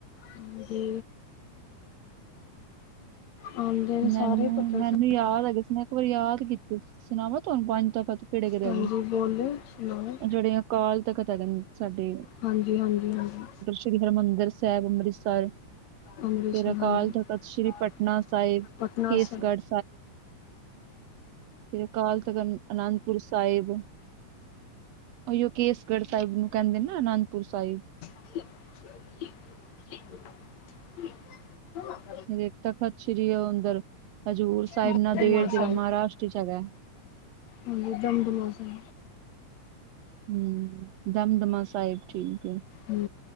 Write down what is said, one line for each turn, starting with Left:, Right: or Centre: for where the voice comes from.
Left: ਹਾਂਜੀ। ਆਉਂਦੇ ਨੇ ਸਾਰੇ
Right: ਮੈਨੂੰ,
Left: ਪਤਾ
Right: ਮੈਨੂੰ
Left: ਸਾਡੇ
Right: ਯਾਦ ਹੈਗੇ ਸੀ ਮੈਂ ਇੱਕ ਵਾਰੀ ਯਾਦ ਕੀਤੇ, ਸੁਣਾਵਾ ਤੁਹਾਨੂੰ ਪੰਜ ਤਖਤ? ਕਿਹੜੇ, ਕਿਹੜੇ
Left: ਹਾਂਜੀ
Right: ਹੈਗੇ?
Left: ਬੋਲੇ ਸੁਣਾਓ
Right: ਜਿਹੜੇ ਅਕਾਲ ਤਖ਼ਤ ਹੈਗੇ ਨੇ ਸਾਡੇ।
Left: ਹਾਂਜੀ, ਹਾਂਜੀ, ਹਾਂਜੀ।
Right: ਸ਼੍ਰੀ ਹਰਿਮੰਦਰੁ ਸਾਹਿਬ, ਅੰਮ੍ਰਿਤਸਰ।
Left: ਅੰਮ੍ਰਿਤਸਰ
Right: ਫੇਰ ਅਕਾਲ
Left: ਹਾਂਜੀ
Right: ਤਖ਼ਤ, ਸ਼੍ਰੀ ਪਟਨਾ ਸਾਹਿਬ।
Left: ਪਟਨਾ
Right: ਕੇਸਗੜ੍ਹ
Left: ਸ
Right: ਸ੍ਰੀ ਅਕਾਲ ਤਖ਼ਤ, ਅਨੰਦਪੁਰ ਸਾਹਿਬ। ਓਇਓ ਕੇਸਗੜ੍ਹ ਸਾਹਿਬ ਨੂੰ ਕਹਿੰਦੇ ਨਾ ਅਨੰਦਪੁਰ ਸਾਹਿਬ।
Left: <unintelligible> <unintelligible>
Right: ਜਿਹੜੇ ਤਖਤ ਸ਼੍ਰੀ ਓ ਅੰਦਰ ਹਜ਼ੂਰ ਸਾਹਿਬ
Left: ਦਮਦਮਾ
Right: ਨਦੇੜ ਜਿਹੜਾ
Left: ਸਾਹਿਬ
Right: ਮਹਾਰਾਸ਼ਟਰ ਚ ਹੈਗਾ?
Left: ਹਾਂਜੀ, ਦਮਦਮਾ ਸ
Right: ਹਮ, ਦਮਦਮਾ ਸਾਹਿਬ ਠੀਕ ਏ।
Left: ਹੂੰ।